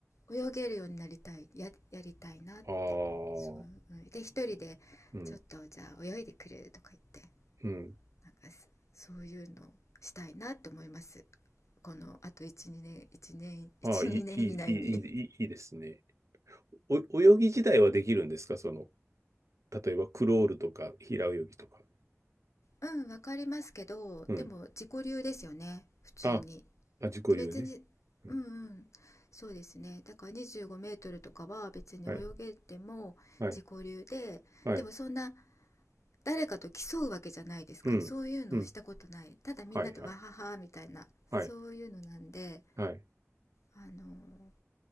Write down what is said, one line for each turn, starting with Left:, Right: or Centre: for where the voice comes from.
Left: 泳げるようになりたいややりたいなってそうで一人でちょっとじゃあ泳いでくれるとか言って
Right: ああ。うん。うん。
Left: なんかそういうのをしたいなって思いますこのあと12年1年12年以内に
Right: ああ、いい、いい、いい、いい、いいですね。お、泳ぎ自体はできるんですかその、例えばクロールとか平泳ぎとか。
Left: うん、わかりますけど、
Right: うん。
Left: でも自己流ですよね、普通に。
Right: あ、あ、自己流ね。
Left: で、別に、
Right: うん。
Left: うんうん、そうですね。だから25メートルとかは別に泳げても自己流で、
Right: はい。はい。はい。
Left: でもそんな誰かと競うわけじゃないですか。
Right: うん。
Left: そういうのをしたことない。
Right: うん。
Left: ただみんなとわははみたいな、
Right: はいはい。はい。
Left: そういうのなんで、
Right: はい。
Left: あの